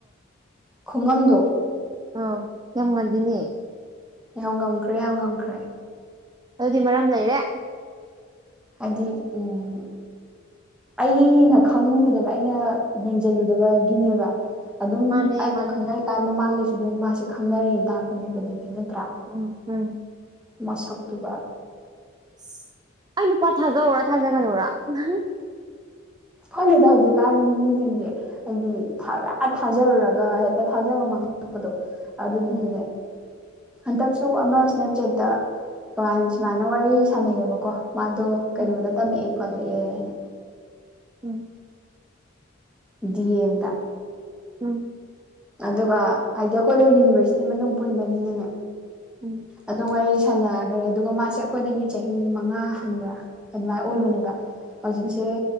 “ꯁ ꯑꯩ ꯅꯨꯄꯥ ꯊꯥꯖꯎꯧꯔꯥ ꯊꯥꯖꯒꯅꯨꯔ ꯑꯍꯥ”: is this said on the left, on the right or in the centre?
Right